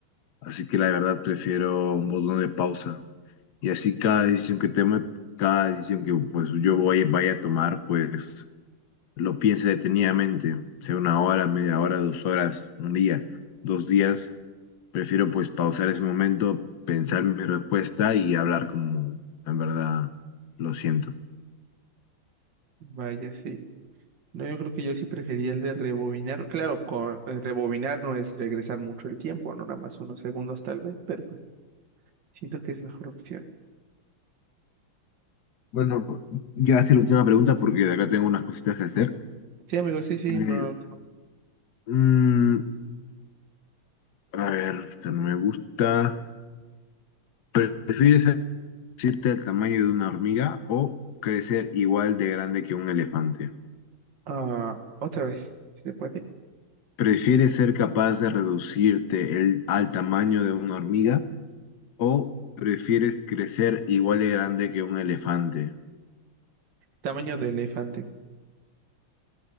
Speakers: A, on the left (about 60°); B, on the right (about 60°).
A: Así que la verdad prefiero un botón de pausa. Y así cada decisión que tome, cada decisión que pues yo voy, vaya a tomar, pues lo piense detenidamente, sea una hora, media hora, dos horas, un día, dos días Prefiero pues pausar ese momento, pensar mi respuesta y hablar como en verdad lo siento.
B: Vaya, sí. No, yo creo que yo sí prefería el de rebobinar. Claro, co- eh, rebobinar no es regresar mucho el tiempo, no nada más unos segundos tal vez, pero pues siento que es mejor opción.
A: Bueno, ya hace la última pregunta porque de acá tengo unas cositas que hacer.
B: Sí, amigo, sí, sí.
A: Eh,
B: Lo,
A: mm, a ver, esta no me gusta. ¿Prefieres reducirte al tamaño de una hormiga o crecer igual de grande que un elefante?
B: ah, otra vez, si se puede.
A: ¿Prefieres ser capaz de reducirte el- al tamaño de una hormiga o prefieres crecer igual de grande que un elefante?
B: Tamaño de elefante.